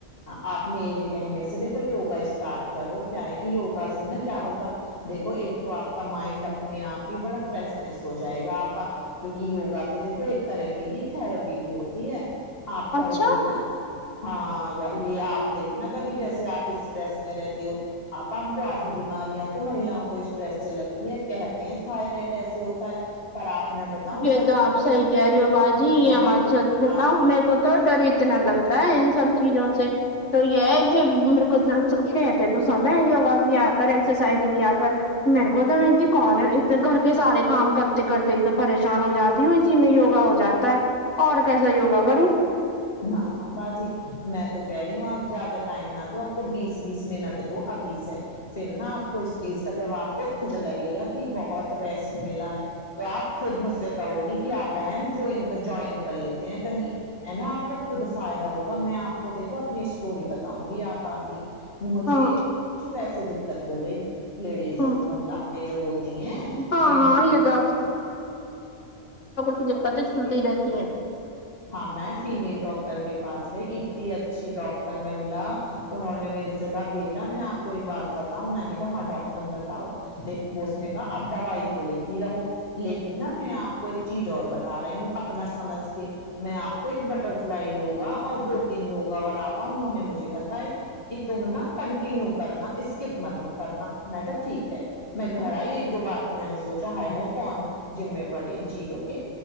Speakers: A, on the left; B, on the left.
A: آپ میرے کہنے سے دیکھو یوگا اسٹارٹ کرو کیا ہے کہ یوگا سے نا کیا ہوگا دیکھو ایک تو آپ کا مائنڈ اپنے آپ ہی بڑا فریشنیس ہو جائے گا آپا کیونکہ یگا تو دیکھو ایک طرح کی تھرپی بھی ہوتی ہے آپ کرو
B: اچھا
A: گی نا ہاں یا یہ آپ دیکھنا کبھی جیسے آپ اسٹریس میں رہتی ہو آپا ہم کو آدھی بیماریاں تو ماہلاؤ کو اسٹریس سے لگتی ہیں کہتے ہیں تھائرائڈ ایسے ہوتا ہے پر آپ میں بتاؤں
B: یہ
A: جب
B: تو آپ صحیح کہہ رہی ہو باجی یہ
A: بہت
B: ہم سات
A: پریشان
B: بتاؤ میرے کو تو ڈر اتنا لگتا ہے ان سب چیزوں سے تو یہ ہے کہ کچ ستے تو سمے ہوگا بھی آپ <unintelligible> ایکسرسائز کیا کر میرے کو تو میں کہ کون گھر کے سارے کام کرتے کرتے تو پریشان ہو جاتی ہوں اسی میں یوگا ہو جاتا ہے اور کیسا یوگا کروں
A: نہ نہ باجی میں تو کہہ رہی ہوں آپ زیادہ ٹائم نہ دو آپ کو بیس بیس منٹ دو ابھی سے ہے پھر نا آپ کو اس چیز کا جب آپ کو خود لگے گا کہ ہی بہت ریسٹ ملا ہے تو آپ خود مجھ سے کہو گی کہ آپ بہن جو جوائن کر لیتے ہیں کہیں ہے نا آپ کو خود فائدہ ہوگا میں آپ کو دیکھو اپنی اسٹوری بتاؤں گی آپا ابھی مجھے
B: ہاں
A: کچھ ویسے دکت ہو گئی لیڈیزوں
B: ہاں
A: مطلب ہمیں جو ہوتی ہیں
B: ہاں
A: انٹر
B: ہاں یہ تو پت
A: کے پاس
B: چلتی
A: گئی
B: رہتی ہیں
A: ہاں میں فیمیل ڈاکٹر کے پاس گئی اتنی اچھی ڈاکٹر مہیلا انہوں نے میرے سے کہا بیٹا میں آپ کو ایک بات بتاؤں میں نے کہا ہاں ڈاکٹر بتاؤ دیک اس نے کہا اب دوائی تو لیتی رہو لیکن نہ میں آپ کو ایک چیز اور بتا رہی ہوں اپنا سمجھ کے میں آپ کو ایک بٹر فلائی یوگا اور دو تین یوگا اور آپا انہوں نے مجھے بتائے کہ تم نہ کنٹیینیو کرنا اسکپ مت کرنا میں کہا ٹھیک ہے میں گھر آئی ایک دو بار تو میں نے سوچا ہائے ہائے کون جذمے پڑے ان چیزوں کے